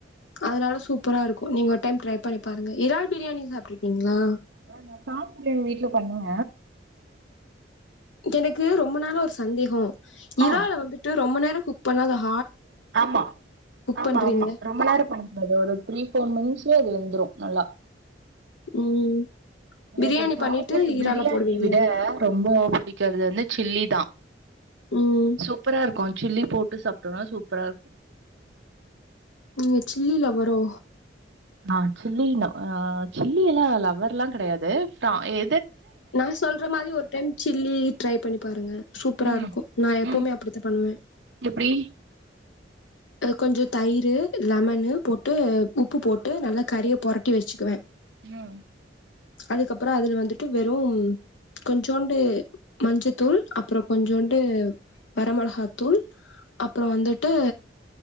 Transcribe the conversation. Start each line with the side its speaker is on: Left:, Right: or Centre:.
Left: அதனால சூப்பரா இருக்கு நீங்க ஒரு டைம் ட்ரை பண்ணி பாருங்க இரால் பிரியாணி சாப்ட்ருக்கீங்களா
Right: ஆ நா தாம் பிரியாணி வீட்டு்ல பண்ணுவ
Left: எனக்கு ரொம்ப நாள ஒரு சந்தேகம்
Right: ஆ
Left: இரால் வந்துட்டு டோம்மா நேரோ குக் பண்ணா அது ஹா
Right: ஆமா ஆமா
Left: பண்றீங்க
Right: ஆமா ரொம்ப நேரம் பண்ணக்கூடாது ஒரு த்ரீ போர் மினிட்ஸ் அது வெந்துரும் நல்லா
Left: ம்
Right: எனக்கு
Left: பிரியாணி
Right: பிரான்னு
Left: பண்ணிட்டு இறால
Right: பிரியாணி
Left: போடுவீங்களா
Right: விட ரொம்ப புடிக்கிறது வந்து சில்லி தான்
Left: ம்
Right: சூப்பரா இருக்கும் அ சில்லி போட்டு சாப்பிட்டோம்னா சூப்பரா இருக்கும்
Left: நீங்க சில்லி லவ்வரோ
Right: ஆ சில்லி அ சில்லி எல்லாம் லவ்வர்லாம் கெடையாது எ
Left: நான் சொல்ற மாதிரி ஒரு டைம் சில்லி ட்ரை பண்ணி பாருங்க சூப்பரா
Right: ம்
Left: இருக்கும் நான் எப்பவுமே
Right: ம்
Left: அப்படித்தான் பண்ணுவேன்
Right: எப்டி
Left: கொஞ்சம் தயிர் லெமன்னு போட்டு உப்பு போட்டு நல்லா கறியை பொரட்டி வச்சுக்குவேன்
Right: ம்
Left: அதுக்கப்புறம் அதுல வந்துட் வெறும் கொஞ்சோண்டு மஞ்சத்தூள் அப்புறம் கொஞ்சோண்டு
Right: ம்
Left: வர மிளகாத்தூள் அப்புறம் வந்துட்டு